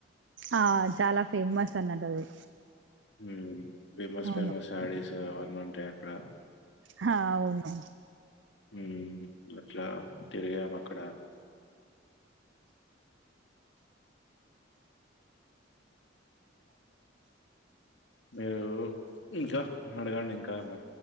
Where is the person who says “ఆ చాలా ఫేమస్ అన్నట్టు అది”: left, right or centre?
Right